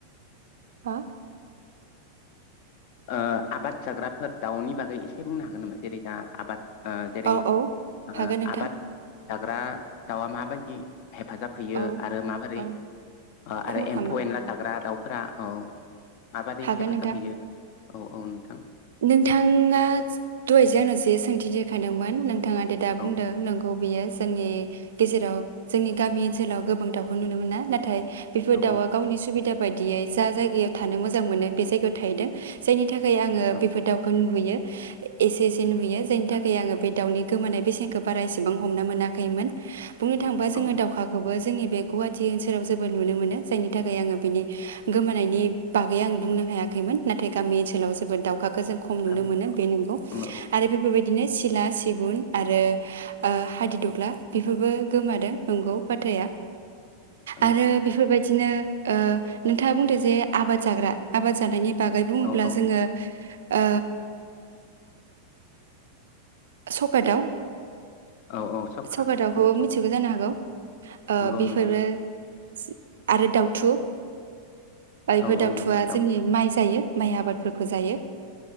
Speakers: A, on the right; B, on the left.
A: हो?
B: ओ आबाद जाग्राफोर दाउनि बागै एसे बुंनो हागोन नामा जेरै दा आबाद। ओ जेरै
A: औ औ
B: ओ
A: हागोन नोंथां
B: आबाद। जाग्रा दाउआ माबायदि। हेफाजाब होयो
A: औ
B: आरो माबोरै
A: औ
B: ओ
A: खहा
B: आरो
A: खालामा
B: एम्फौ एनला जाग्रा दाउफोरा औ माबोरै
A: हागोन
B: हेफाजाब
A: नोंथां
B: होयो। औ औ नोंथां।
A: नोंथाङा दहाय जे आंनाव जे सोंथि देरखांदोंमोन नों थाङादि दा
B: औ
A: बुंदों नोंगौ बियो जोंनि गेजेराव। जोंनि गामि ओनसोलाव गोबां दाउखौ नुनो मोना नाथाय। बेफोर
B: औ
A: दाउआ
B: औ
A: गावनि सुबिदा बायदियै जा जायगायाव थानो मोजां मोनो बे जायगायाव थायोदो जायनि थाखाय आङो
B: औ
A: बे फोर
B: औ
A: दाउखौ‌ नुहैयो। एसे एसे नुहैयो जायनि थाखाय आङो बे दाउनि गोमानाय बेसेनखौ बारा एसेबां हमनो मोनाखैमोन। बुंनो थाङोबा जोङो
B: औ
A: दावखौबो। जोंनि बे गुवाहाटि ओनसोलाव जोबोद नुनो मोनो जायनि थाखाय आङो बिनि गोमानायनि बागै आं बुंनो हायाखैमोन नाथाय गामि ओनसोलाव जोबोद दाउ खो जों खम नुनो
B: गामि
A: मोनो बे नोंगौ
B: औ औ
A: आरो बेफोरबादिनो सि सिला, सिगुन, आरो ओ हादिदग्ला बेफोरबो गोमादों नोंगौ बाथ्राया।
B: औ
A: आरो बेफोरबायदिनो ओ नोंथाङा बुंदो जे आबाद जाग्रा आबाद जानायनि बागै बुङोब्ला
B: औ
A: जोङो ओ सखा दाव
B: औ औ
A: सखा दावखौबो
B: दाउ सखा
A: मिथिगौ जानो हागौ ओ
B: नंगौ
A: बेफोरबो
B: नंगौ
A: <unintelligible> आरो दाउथु बायबो
B: औ
A: दावथुआ
B: औ नंगौ दाउथु
A: जोंनि माइ जायो। माइ आबादफोरखौ खौ जायो